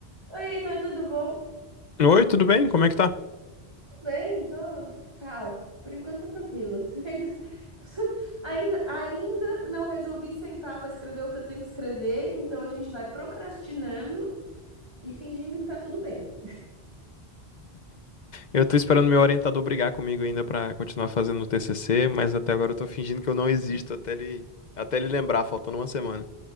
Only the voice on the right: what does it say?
Oi, Heitor, tudo bom?
Tudo Bem, tô, pá, por enquanto tô tranquila. <laughs> Ainda, ainda, ainda não resolvi sentar para escrever o que eu tenho que escrever, então a gente vai procrastinando e fingindo que tá tudo bem.